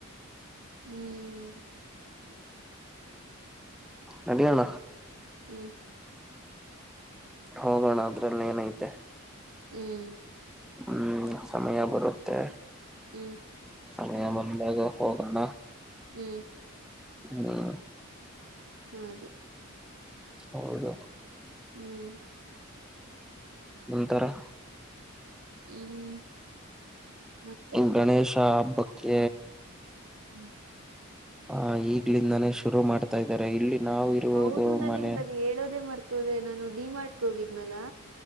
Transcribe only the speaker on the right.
ಹ್ಮ್
ಹ್ಮ್
ಹ್ಮ್.
ಹ್ಮ್.
ಹ್ಮ್.
ಹ್ಮ್.
ಹ್ಮ್.
ಹ್ಮ್ ಮತ್ತೆ
ಹ್ಮ್.
ಹೌದು ನಾನ್
ನಿಮ್ದ ಅದು ಹೇಳೋದೇ ಮರ್ತೋದೆ ನಾನು ಡಿ ಮಾಡ್ಕ್ ಹೋಗಿದ್ನಲ್ಲಾ.